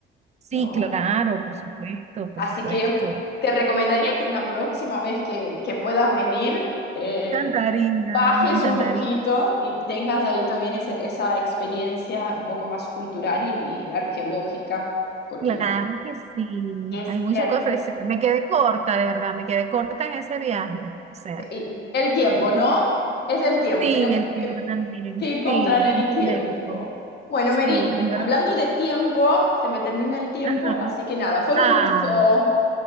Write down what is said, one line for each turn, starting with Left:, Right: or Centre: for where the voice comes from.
Right: Sí,
Left: ¿no?
Right: claro, por supuesto, por
Left: Así
Right: supuesto.
Left: que te recomendaría que una próxima vez que, que puedas venir, eh,
Right: Me encantaría,
Left: bajes
Right: me encantaría.
Left: un poquito y tengas ahí también ese- esa experiencia un poco más cultural y, y arqueológica, porque
Right: Claro
Left: la
Right: que sí.
Left: Y es
Right: Hay mucho
Left: hermoso.
Right: que ofrecer. Me quedé corta, de verdad, me quedé corta en ese viaje. O sea,
Left: Y el tiempo,
Right: Mm.
Left: ¿no? Es el tiempo.
Right: sí,
Left: Tenemos
Right: el tiempo
Left: que,
Right: también.
Left: que ir contra
Right: Sí,
Left: el
Right: el tiempo.
Left: tiempo. Bueno,
Right: Sí,
Left: Meryl,
Right: es verdad.
Left: hablando de tiempo, se me termina el tiempo,
Right: Ajá.
Left: así que nada, fue
Right: Ah,
Left: un gusto.